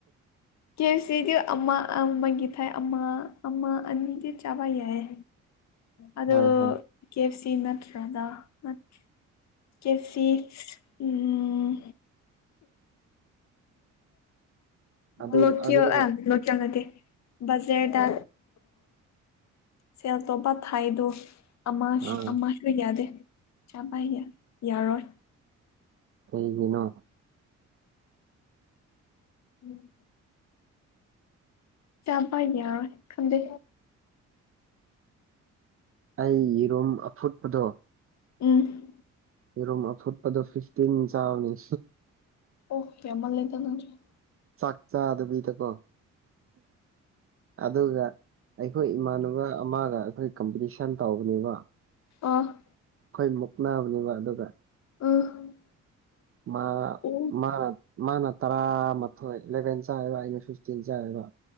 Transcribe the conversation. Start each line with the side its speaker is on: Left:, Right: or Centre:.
Left: ꯀꯦ ꯑꯦꯐ ꯁꯤꯗꯤ ꯑꯃ ꯑꯃꯒꯤ ꯊꯥꯏ ꯑꯃ ꯑꯃ ꯑꯅꯤꯗꯤ ꯆꯥꯕ ꯌꯥꯏꯌꯦ ꯑꯗꯨ
Right: ꯍꯣꯏ ꯍꯣꯏ
Left: ꯀꯦꯐ ꯁꯤ ꯅꯠꯇ꯭ꯔꯥꯗꯥ ꯅꯠ ꯀꯦꯐ ꯁꯤ ꯎꯝ
Right: ꯑꯗꯨ
Left: ꯂꯣꯠꯀ꯭ꯌꯣ
Right: ꯑꯗꯨꯒ
Left: ꯑꯦꯟ ꯂꯣꯠꯆꯥ ꯅꯠꯇꯦ ꯕꯖꯔꯗ ꯁꯦꯜ ꯇꯣꯞꯄ ꯊꯥꯏꯗꯣ ꯑꯃꯁꯨ
Right: ꯑꯥ
Left: ꯑꯃꯁꯨ ꯌꯥꯗꯦ ꯆꯥꯕꯥꯏꯒꯤ ꯌꯥꯔꯣꯏ
Right: ꯀꯩꯒꯤꯅꯣ
Left: ꯎꯝ ꯆꯥꯕ ꯌꯥꯔꯣꯏ ꯈꯪꯗꯦ
Right: ꯑꯩ ꯌꯦꯔꯨꯝ ꯑꯐꯨꯠꯄꯗꯣ
Left: ꯎꯝ
Right: ꯌꯦꯔꯨꯝ ꯑꯐꯨꯠꯄꯗꯣ ꯐꯤꯐꯇꯤꯟ ꯆꯥꯎꯅꯤ
Left: ꯑꯦ ꯌꯥꯝꯃꯜꯂꯦꯗꯥ ꯅꯪꯁꯨ
Right: ꯆꯥꯛ ꯆꯥꯗꯕꯤꯗꯀꯣ ꯑꯗꯨꯒ ꯑꯩꯈꯣꯏ ꯏꯃꯥꯟꯅꯕ ꯑꯃꯒ ꯑꯩꯈꯣꯏ ꯀꯝꯄꯤꯇꯤꯁꯟ ꯇꯧꯕꯅꯤꯕꯣ
Left: ꯑ
Right: ꯑꯩꯈꯣꯏ ꯃꯨꯛꯅꯕꯅꯦꯕꯥ ꯑꯗꯨꯒ
Left: ꯎꯝ
Right: ꯃꯥ
Left: ꯎ
Right: ꯃꯥ ꯃꯥꯅ ꯇꯔꯥꯃꯥꯊꯣꯏ ꯏꯂꯦꯚꯦꯟ ꯆꯥꯏ ꯑꯕ ꯑꯩꯅ ꯐꯤꯐꯇꯤꯟ ꯆꯥꯏ ꯑꯕ